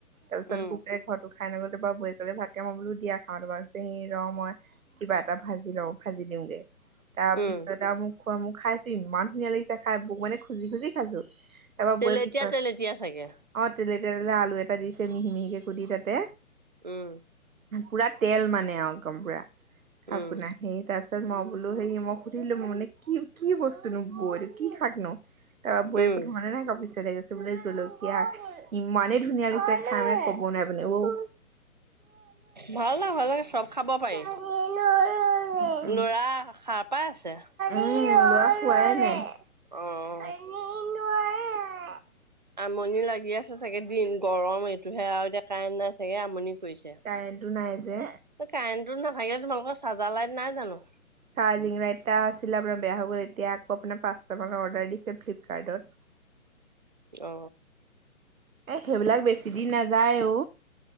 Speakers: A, on the right; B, on the right.
A: তাৰ পিছত
B: উম
A: বোকে ঘৰতো খাই নগলো বৈয়ে ক'লে ভাতকেইটা মান বোলো দিয়া খাওঁ <unintelligible> <unintelligible> মই কিবা এটা ভাজি লওঁ ভাজি দিওঁগে। তাৰপিছত
B: উম
A: আৰু মোক খোৱা মোক খাইছো ইমান ধুনীয়া লাগিছে খাই বৈক মানে খুজি খুজি খাইছো। তাৰপৰা
B: তেলেতীয়া
A: বৈয়ে পিছত
B: তেলেতীয়া চাগে
A: অঁ তেলে তেলে আলু এটা দিছে মিহি মিহিকৈ কুটি তাতে।
B: উমঁ।
A: পুৰা তেল মানে আৰু একদম পুৰা
B: উম
A: আপোনাৰ। সেই তাৰ পিছত মই বোলো সেই মই সুধিলো মই মানে কি বস্তুনো বৈ এইটো কি সে শাক নো। তাৰপৰা বৈ
B: উম
A: প্ৰথমানে নাইক পিছে লাগীছে বোলে জলকীয়া ইমানে ধুনীয়া <unintelligible> বনাই পিনে <unintelligible>
B: ভাল ন ভাল লাগে চব খাব পাৰি।
A: শুৱাই
B: ল'ৰা সাৰ পাই আছে।
A: উম ল'ৰা শুৱাই নাই।
B: অ
A: <unintelligible>
B: আমনি লাগি আছে চাগে দিন গৰম এইটোহে আৰু কাৰেণ্ট নাই চাগে আমনি কৰিছে।
A: কাৰেণ্টটো নাই যে
B: কাৰেণ্টটো নাথাকিলে তোমালোকৰ চাৰ্জাৰ লাইট নাই জানো?
A: চাৰ্জিং লাইট এটা আছিলে আপোনাৰ বেয়া হৈ গ'ল, এতিয়া আকৌ আপোনাৰ পাঁচশ টকাৰ অৰ্ডাৰ দিছে ফ্লিপকাৰ্টত।
B: অ।
A: এ সেইবিলাক বেছি দিন নাযায় অ।